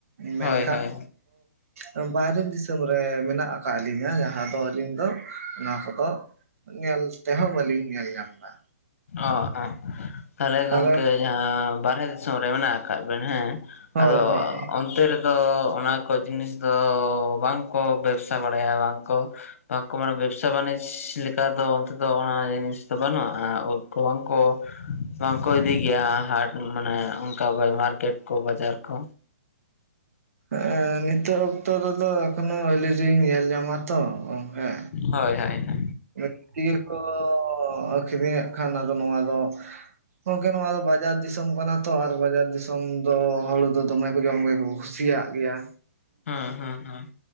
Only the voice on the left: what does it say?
ᱦᱳᱭ ᱦᱳᱭ
ᱚ ᱮᱜ ᱛᱟᱦᱞᱮ
ᱜᱚᱝᱠᱮ ᱡᱟᱦᱟᱸ ᱵᱟᱨᱦᱮ ᱫᱤᱥᱚᱢ ᱨᱮ ᱢᱮᱱᱟᱹᱜ ᱟᱠᱟᱫ ᱵᱮᱱ ᱦᱮᱸ
ᱟᱫᱚ
ᱚᱱᱛᱮ ᱨᱮ ᱫᱚ ᱚᱱᱟ ᱠᱚ ᱡᱤᱱᱤᱥ ᱫᱚ ᱵᱟᱝ ᱠᱚᱸ ᱵᱮᱵᱥᱟ ᱵᱟᱹᱲᱟᱭᱟ ᱵᱟᱝ ᱠᱚ ᱵᱟᱝ ᱠᱚ ᱢᱟᱱᱮ ᱵᱮᱵᱽᱥᱟ ᱵᱟᱱᱤᱡᱽ ᱞᱮᱠᱟ ᱫᱚ ᱚᱱᱛᱮ ᱫᱚ ᱚᱱᱟ ᱡᱤᱱᱤᱥ ᱫᱚ ᱵᱟᱹᱱᱩᱜᱼᱟ᱾ ᱠᱚᱣᱚᱱ ᱠᱚ ᱵᱟᱝ ᱠᱚ ᱤᱫᱤ ᱜᱮᱭᱟ ᱦᱟᱴ ᱢᱟᱱᱮ ᱚᱱᱠᱟ ᱢᱟᱨᱠᱮᱴ ᱠᱚ ᱵᱟᱡᱟᱨ ᱠᱚ?
ᱦᱳᱭ ᱦᱳᱭ᱾
ᱦᱩᱸ ᱦᱩᱸ ᱦᱩᱸ᱾